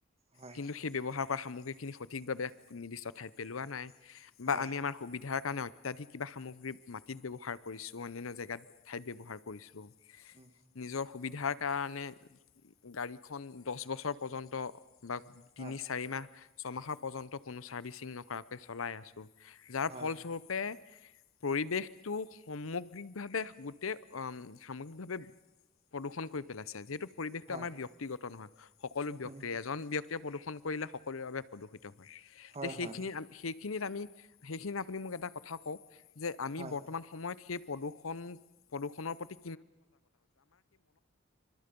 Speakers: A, on the right (about 30°); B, on the left (about 80°).
A: হয়
B: কিন্তু সেই ব্যৱহাৰ খোৱা সামগ্ৰীখিনি সঠিকভাৱে নিৰ্দিষ্ট ঠাইত পেলোৱা নাই। বা
A: হয়
B: আমি আমাৰ সুবিধাৰ কাৰণে অতয়ধিক কিবা সামগ্ৰী মাটিত ব্যৱহাৰ কৰিছো অনান্য জেগাত। ঠাইত ব্যৱহাৰ কৰিছো
A: উম
B: নিজৰ সুবিধাৰ কাৰণে গাড়ীখন দচ-বছৰ পৰ্যন্ত, বা', তিনি
A: হয়
B: চাৰি মাহ ছমাহৰ পৰ্যন্ত কোনো চাৰ্ভিচিং নকৰাকে চলাই আছো। যাৰ
A: হয়
B: ফলস্বৰূপে, পৰিৱেশটো সমগ্ৰিকভাৱে গোটেই অ', সামগ্ৰিকভাৱে প্ৰদূষন কৰি পেলাইছে, যিহেতু পৰিৱেশটো
A: হয়
B: আমাৰ ব্যক্তিগত নহয়। সকলো ব্যক্ত,
A: উম
B: এজন ব্যক্তিয়ে প্ৰদূষণ কৰিলে সকলোৰে বাবে প্ৰদূষিত হয়,
A: হয়
B: তে', সেইখিনি-সেইখিনিত
A: হয়
B: আমি সেইখিনি আপুনি মোক এটা কথা কওক? যে', আমি
A: হয়
B: বৰ্তমান সময়ত সেই, প্ৰদূষণ- প্ৰদূষণৰ প্ৰতি